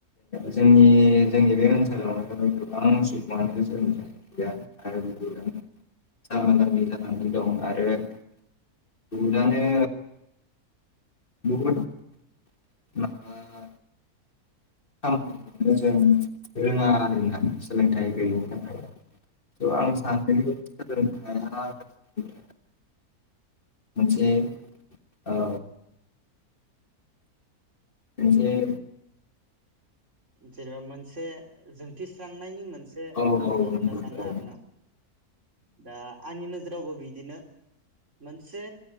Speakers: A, on the left; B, on the right.
A: जोंनि जोंनि बे ओनसोलावनो गोबां सुबुङानो जोनोम गैया आरो बहुदनो जामबा जामि जानानै दं आरो बहुदआनो बहुत <unintelligible> <unintelligible> जों रोङा आरो ना सोलोंथाइ गैयैनि थाखाय थ आं
B: औ
A: सानदोंदि सोलोंथाया जोंनि मोनसे ओ मोनसेे
B: जेनेबा मोनसे जोंथिस्रांनायनि मोनसे
A: औ
B: महर होनना सानो आरोना दा आंनि नोजोरावबो बिदिनो मोनसे